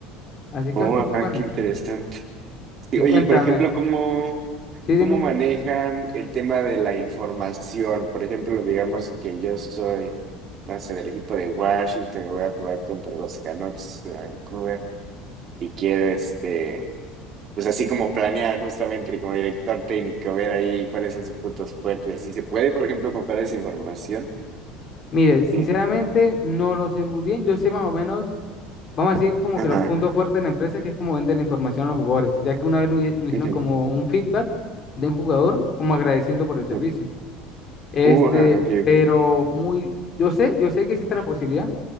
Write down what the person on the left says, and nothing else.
Así que
bastante
bueno.
Y
cuéntame,
sí, dime.
Mire, sinceramente
no lo sé muy bien. Yo sé más o menos Vamos a decir como
que los puntos fuertes de la empresa, que es como vender la información a los jugadores, ya que una vez nos, hi- nos hicieron
como un feedback de un jugador, como agradeciendo por el servicio.
Este,
pero
muy, yo sé, yo sé que existe la posibilidad